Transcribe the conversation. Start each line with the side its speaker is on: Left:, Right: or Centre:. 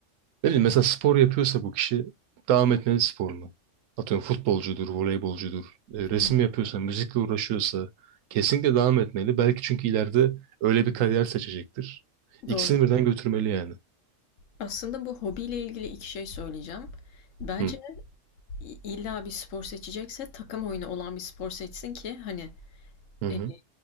Right: Ne bileyim mesela spor yapıyorsa bu kişi devam etmeli sporuna. Atıyorum futbolcudur, voleybolcudur, e,
Left: Hı
Right: resim
Left: hı.
Right: yapıyorsa, müzikle uğraşıyorsa kesinlikle devam etmeli. Belki çünkü ileride öyle bir kariyer seçecektir. İkisini
Left: Doğru.
Right: birden götürmeli yani.
Left: Aslında bu hobiyle ilgili iki şey söyleyeceğim. Bence
Right: Hı,
Left: İlla bir spor seçecekse takım oyunu olan bir spor seçsin ki hani
Right: hı hı.
Left: e,